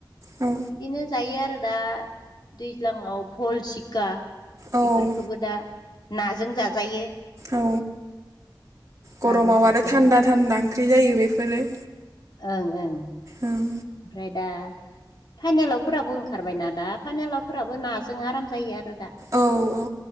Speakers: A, on the right; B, on the left.
A: औ
B: बिदिनो जायो आरो दा दैज्लाङाव भल सिखा।
A: औ
B: बेफोरखौबो
A: औ
B: दा नाजों जाजायो।
A: औ गरमाव
B: नाजों जाजायो
A: आरो थान्दा थान्दा ओंख्रि जायो बेफोरो
B: ओं ओं।
A: ओं।
B: ओमफ्राय दा फाइनलावफोराबो ओंखारबायना दा फाइनेलावफोराबो नाजों आराम जायो आरो दा
A: औ औ।